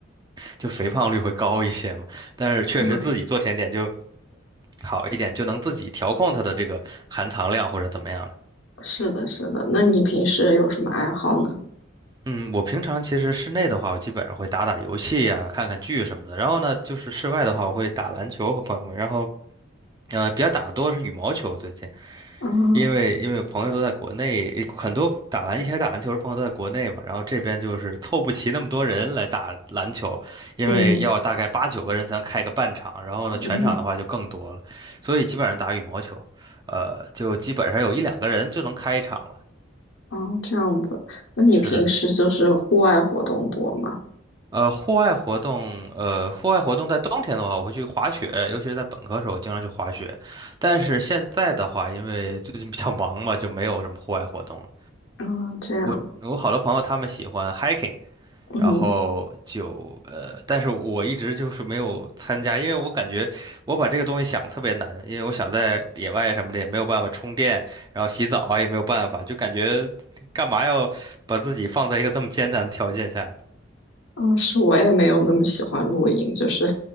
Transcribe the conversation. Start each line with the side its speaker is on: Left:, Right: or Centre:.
Right: 就肥胖率会高一些嘛，但是确实自己做甜点就
Left: 嗯，
Right: 好一点，就能自己调控它的这个含糖量或者怎么样
Left: 是的，是的。那你平时有什么爱好呢？
Right: 嗯，我平常其实室内的话，我基本上会打打游戏呀、看看剧什么的。然后呢，就是室外的话，我会打篮球和朋友们。然后，呃，比较打的多是羽毛球，最近，
Left: 啊，
Right: 因为因为朋友都在国内，很多打篮一起来打篮球的朋友都在国内嘛。然后这边就是凑不齐那么多人来打篮球，因为要大概八九个人才能开个半场，
Left: 嗯
Right: 然后呢，
Left: 嗯
Right: 全场的话就更多了，所以基本上打羽毛球，呃，就基本上有一两个人就能开一场了。
Left: 啊，这样子。那你平时就是户外活动多吗？
Right: 是的。呃，户外活动，呃，户外活动在冬天的话，我会去滑雪，尤其是在本科时候，我经常去滑雪。但是现在的话，因为最近比较忙嘛，就没有什么户外活动了。
Left: 嗯，这样，
Right: 我我好多朋友他们喜欢 hiking，
Left: 嗯。
Right: 然后就呃，但是我一直就是没有参加，因为我感觉我把这个东西想特别难，因为我想在野外什么的也没有办法充电，然后洗澡也没有办法，就感觉干嘛要把自己放在一个这么艰难的条件下呢？
Left: 嗯，是我也没有那么喜欢露营，就是